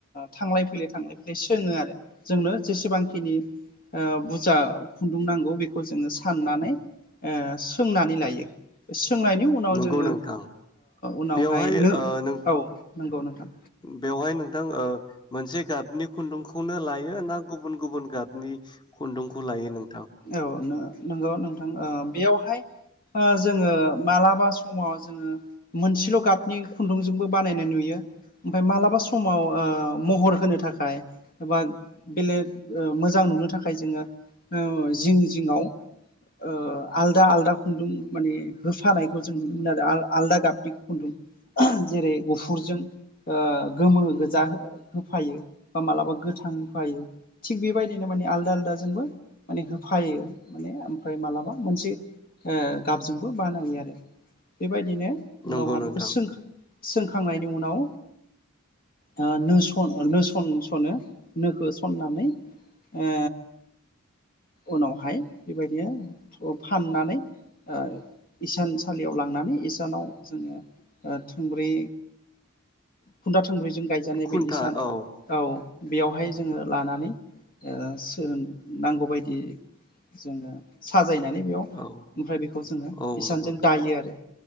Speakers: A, on the left; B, on the left.
A: थांलाय- फैलाय, थांलाय-फैलाय सोंङो आरो जोंनो जेसेबांखिनि ओ बुरजा खुन्दुं नांगौ बेखौ जोङो साननानै ओ सोंनानै लायो। सोंनायनि उनाव
B: नंगौ
A: जोङो
B: नोंथां
A: उनावहाय
B: बेवहाय
A: नो
B: ओ नों
A: औ नंगौ नोंथां।
B: बेवहाय नोंथां ओ मोनसे गाबनि खुन्दुंखौनो लायो ना गुबुन गुबुन गाबनि खुन्दुंखौ लायो नों?
A: औ नो नोंगौ नोंथां ओ बेयावहाय ओ जोङो मालाबा समाव जोङो मोनसेल' गाबनि खुन्दुंजोंबो बानायनाय नुयो ओमफाय मालाबा समाव ओ महर होनो थाखा खाय एबा बेलेग ओ मोजां नुनो थाखाय जोङो ओ जिं जिङआव ओ आलदा आलदा खुन्दुं माने होफानायखौ जों नुनो मोनो आरो आलदा गाबनि खुन्दुं जेरै गुफुरजों ओ गोमो गोजा होफायो बा मालाबा गोथां होफायो थिग बेबायदिनो माने आलदा आलदाजोंबो माने हो फायो माने ओम फाय मालाबा मोनसे ओ गाबजोंबो बानायो आरो बेबायद बिनो उनावहा
B: नंगौ नोंथां
A: बेखौ सोंख सोंखांनायनि उनाव ओ नोस नोसन थनो नोखो सननानै ओ उनावहाय बेबायदिनो फाननानै ओ इसानसालियाव लांनानै इसानाव जोङो ओ थुंब्रै खुन्दा थोंब्रैजों गायजानाय
B: खुन्था
A: बे इसान
B: औ
A: औ। बेयावहाय जोङो लानानै ओ सोन नांगौबायदि जोङो साजायना <unintelligible> <unintelligible> बेयाव ओमफ्राय
B: औ
A: बेखौ जोङो
B: औ
A: इसानजों
B: नंगौ
A: दायो आरो।